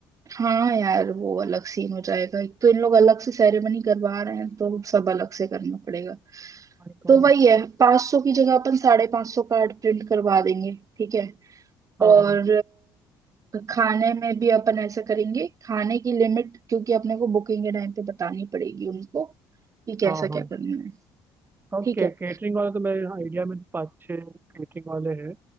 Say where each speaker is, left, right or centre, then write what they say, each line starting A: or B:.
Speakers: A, on the right; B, on the right.
A: हाँ यार वो अलग सीन हो जाएगा एक तो इन लोग अलग से सेरेमनी करवा रहे हैं तो सब अलग से करना पड़ेगा
B: वही तो
A: तो वही है 500 की जगह अपन साढ़े 500 कार्ड प्रिंट करवा देंगे ठीक है
B: हाँ
A: और
B: हाँ
A: अ, खाने में भी अपन ऐसा करेंगे खाने की लिमिट क्योंकि अपने को बुकिंग के टाइम पे बतानी पड़ेगी उनको कि कैसा
B: हाँ
A: क्या
B: हाँ
A: करना है
B: हाँ
A: ठीक
B: तो के,
A: है
B: केटरिंग वाले तो मेरे आइडिया में पाँच छः केटरिंग वाले हैं